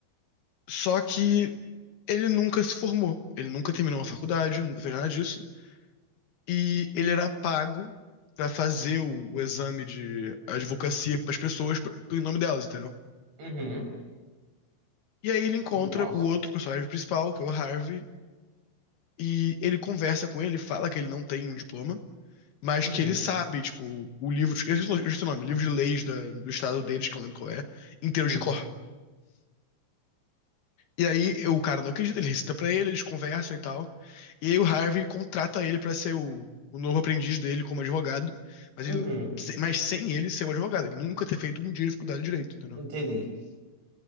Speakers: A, on the left; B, on the right.
A: só que ele nunca se formou. Ele nunca terminou uma faculdade, nunca fez nada disso. E ele era pago pra fazer o, o exame de advocacia pras pessoas, pra- em nome delas, entendeu?
B: Uhum.
A: E aí ele encontra
B: Nossa.
A: o outro personagem principal, que é o Harvey, e ele conversa com ele, fala que ele não tem um diploma, mas
B: Uhum.
A: que ele sabe, tipo, o livro, eu esqueci o nome, livro de leis da- do estado deles, que eu não lembro qual é, inteiro
B: Uhum.
A: de cor. E aí o cara não acredita, ele recita pra ele, eles conversam e tal. E aí o Harvey contrata ele pra ser o, o novo aprendiz dele como advogado, mas,
B: Uhum.
A: ele- se- mas sem ele ser um advogado. Ele nunca ter feito um dia de faculdade de direito, entendeu?
B: Entendi.